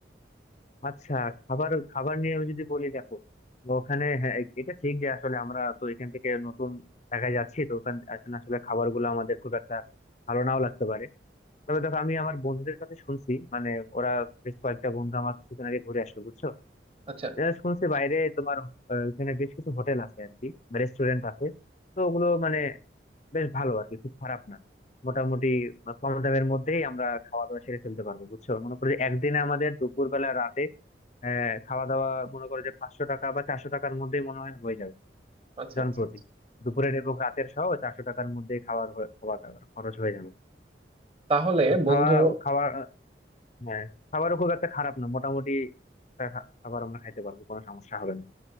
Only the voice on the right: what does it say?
আচ্ছা
আচ্ছা
আচ্ছা আচ্ছা।
তাহলে
বন্ধু